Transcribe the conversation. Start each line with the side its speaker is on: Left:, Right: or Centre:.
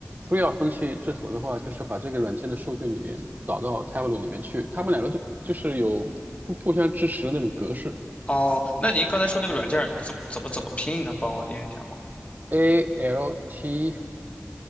Right: 非要分析制图的话，就是把这个软件的数据里面导到 Tableau 里面去，它们两个都就是有互互相支持的那种格式。
Left: 哦，那您刚才说那个软件儿怎么怎么怎么拼，能帮我念一下吗
Right: A L T